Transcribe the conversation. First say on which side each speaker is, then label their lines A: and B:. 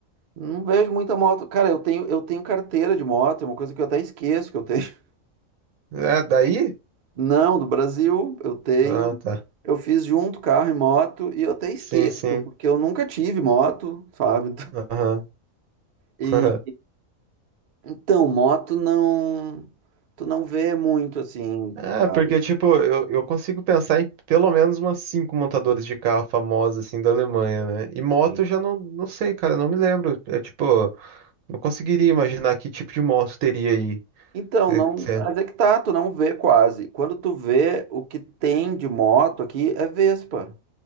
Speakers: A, on the right; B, on the right.
A: não vejo muita moto. Cara, eu tenho, eu tenho carteira de moto, é uma coisa que eu até esqueço que eu tenho. <laughs>
B: É, daí?
A: Não, do Brasil, eu tenho.
B: Ah, tá.
A: Eu fiz junto carro e moto e eu até esqueço,
B: Sim, sim.
A: porque eu nunca tive moto, sabe?
B: Aham.
A: E
B: <laughs>
A: então, moto não, tu não vê muito assim,
B: Ah,
A: sabe?
B: porque, tipo, eu, eu consigo pensar em pelo menos umas cinco montadoras de carro famosas, assim, da Alemanha, né? E moto
A: Sim.
B: eu já não, não sei, cara, não me lembro. É, tipo, não conseguiria imaginar que tipo de moto teria aí.
A: Então,
B: Eh,
A: não,
B: eh,
A: mas é que tá, tu não vê quase. Quando tu vê o que tem de moto aqui é Vespa,